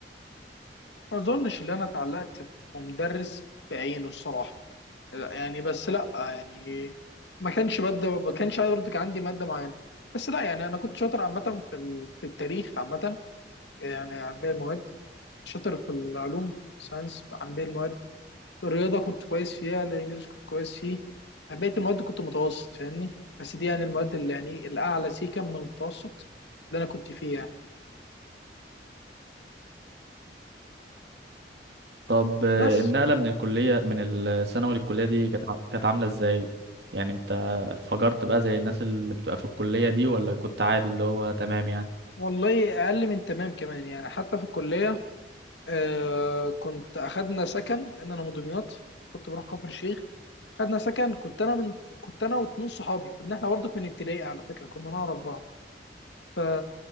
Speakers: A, on the left (about 75°); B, on the right (about 65°).
A: ما اظنش ان انا اتعلقت بمدرس بعينه الصراحه لا يعني بس لا يعني ما كانش ماده ما كانش برضه كان عندي ماده معينه بس لا يعني انا كنت شاطر عامه في ال- في التاريخ عامه يعني عن باقي المواد شاطر في العلوم ساينس عن باقي المواد الرياضه كنت كويس فيها الانجليش كنت كويس فيه يعني بقيه المواد كنت متوسط فاهمني بس دي يعني المواد اللي يعني الاعلى سيكه من المتوسط اللي انا كنت فيه يعني
B: طب آه،
A: بس
B: النقلة من الكلية من الثانوي للكلية دي كانت ع- كانت عاملة ازاي؟ يعني انت فجرت بقى زي الناس اللي بتبقى في الكلية دي ولا كنت عادي اللي هو تمام يعني؟
A: والله اقل من تمام كمان يعني حتى في الكليه آه كنت اخدنا سكن لان انا من دمياط وكنت بروح كفر الشيخ خدنا سكن كنت انا من كنت انا واتنين صحابي كنا احنا برضك من ابتدائي على فكره كنا نعرف بعض ف